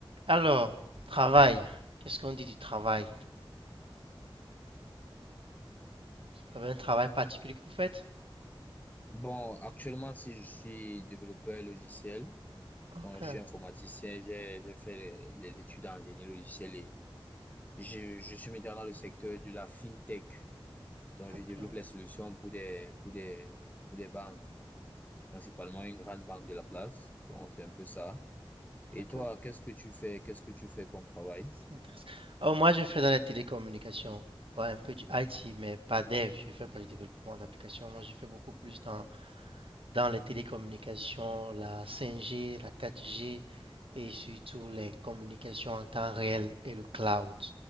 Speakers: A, on the right (about 70°); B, on the left (about 15°).
A: Alors, travail. Qu'est-ce qu'on dit du travail? Vous avez un travail particulier que vous faites?
B: Bon, actuellement, si je suis développeur logiciel,
A: Ok,
B: donc je suis informaticien, j'ai j'ai fait les, les études en génie logiciel et je, je suis maintenant dans le secteur de la fintech. Donc,
A: ok,
B: je développe les solutions pour des, pour des, pour des banques, principalement une grande banque de la place. Bon, c'est un peu ça. Et
A: d'accord,
B: toi, qu'est-ce que tu fais? Qu'est-ce que tu fais comme travail?
A: c'est intéressant. Oh, moi, je fais dans la télécommunication. Bon, un peu du IT, mais pas dev. Je fais pas du développement d'applications. Moi, je fais beaucoup plus dans, dans les télécommunications, la 5G, la 4G et surtout les communications en temps réel et le cloud